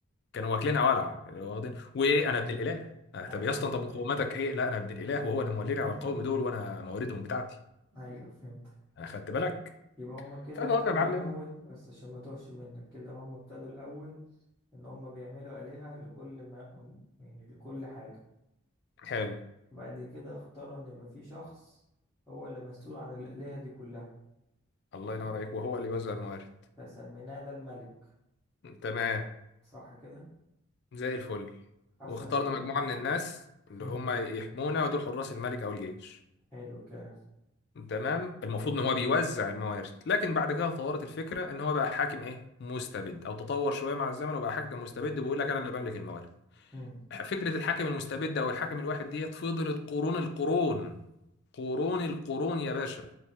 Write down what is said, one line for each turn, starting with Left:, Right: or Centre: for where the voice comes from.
Left: كانوا واكلينها ولعه اللي هو واخدين وايه انا ابن الاله آه،
Centre: ايوه
Left: طب يا
Centre: انا
Left: اسطى
Centre: ابن
Left: طب
Centre: اله
Left: مقوماتك ايه لا انا ابن الاله وهو اللي موليني
Centre: <laughs>
Left: على القوم دول وانا مواردهم بتاعتي
Centre: ايوه فهمتك
Left: اخدت بالك
Centre: يبقى هما كده
Left: فالمهم
Centre: ابتدوا
Left: يا معلم
Centre: الاول بس عشان ما توهش منك كده هما ابتدوا الاول ان هم بيعملوا آلهة لكل ما يعني لكل حاجة
Left: حلو
Centre: وبعد كده اختاروا ان يبقى في شخص هو اللي مسؤول عن الآلهة دي كلها
Left: الله
Centre: أو
Left: ينور عليك وهو اللي يوزع الموارد
Centre: فسميناه ده الملك
Left: تمام
Centre: صح كده
Left: زي الفل
Centre: حصل
Left: واخترنا
Centre: ايه بعد
Left: مجموعه
Centre: كده
Left: من الناس اللي
Centre: امم
Left: هم يحمونا ودول حراس الملك او الجيش
Centre: حلو الكلام
Left: تمام المفروض ان هو بيوزع الموارد لكن بعد كده اتطورت الفكره ان هو بقى حاكم ايه مستبد او تطور شويه مع الزمن وبقى حاكم مستبد وبيقول لك انا اللي بملك الموارد
Centre: امم
Left: فكره الحاكم المستبد او الحاكم الواحد ديت فضلت قرون القرون قرون القرون يا باشا